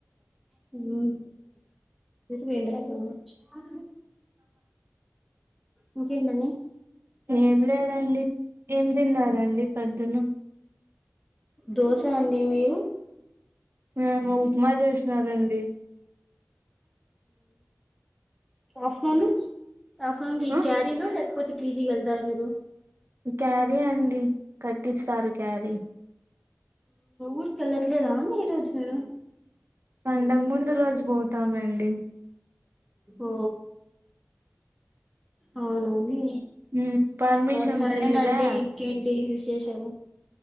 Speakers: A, in the centre; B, on the right.
A: <unintelligible> ఇంకేంటండి
B: ఏం లేదండి ఏం తిన్నారండి పోదున్న
A: దోశ అండి మీరు
B: ఏమో ఉప్మా చేసినారండి
A: హాస్టల్లో ఆ ఫం ఈ
B: ఆ
A: క్యారీన లేకపోతే పీజీ కి వెళ్తారా మీరు
B: క్యారీ అండి కట్టిస్తారు క్యారీ
A: ఊరికేళ్ళట్లేదా ఈ రోజు మీరు
B: పండగ ముందు రోజు పోతామండి
A: ఓ అవునా అండి
B: ఉమ్ పర్మిషన్స్
A: ఆ సరేనండి
B: ఇలా
A: ఇంకేంటి విశేషాలు